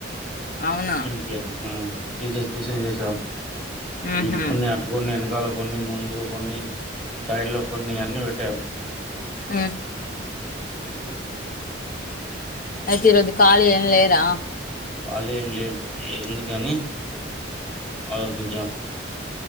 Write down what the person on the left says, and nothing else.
అవునా
మ్హు
హ్మ్
అయితే ఇ రోజు ఖాళి ఏం లేరా